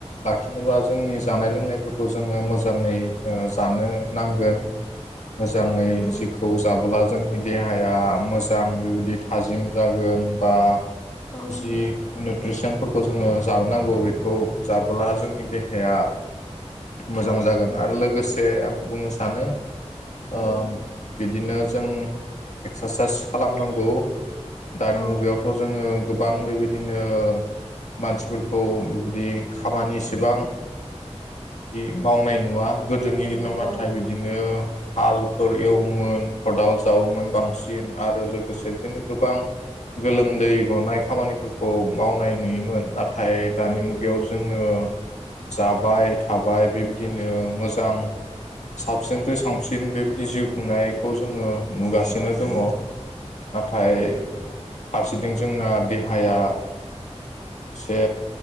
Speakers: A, on the left; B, on the left.
A: लाखिनोब्ला जोंनि जानाय लोंनायफोरखौ जों जोङो मोजाङै ओ जानो नांगोन। मोजाङै
B: उम
A: जिखौ जाबोला जोंनि देहाया मोजां बेबायदि थाजिम जागोन बा
B: औ
A: जि निउट्रिसनफोरखौ जोङो जानो नांगौ बेखौ जाबोला जोंनि देहाया मोजां जागोन आरो लोगोसे आं बुंनो सानो
B: उम
A: ओ बिदिनो जों एक्सारसाइस खालामनांगौ दानि
B: औ
A: मुगायावथ जोङो गोबां बेबायदिनो मानसिफोरखौ बिबायदि खामानि एसेबां बिदि मावनाय नुवा गोदोनि दिनाव नाथाय
B: औ
A: बिदिनो हालफोर एवोमोन खदाल जावोमोन बांसिन आरो लोगोसे बिदिनो गोबां गोलोमदै गनाय खामानिफोरखौ मावनाय नुयोमोन नाथाय दानि
B: उम
A: मुगायाव जोङो जाबाय थाबाय बेबायदिनो मोजां साबसिननिफ्राय साबसिन बेबायदि जिउ खुंनायखौ जोङो नुगासिनो
B: औ
A: दङ नाथाय
B: उम
A: फारसेथिं जोंना देहाया एसे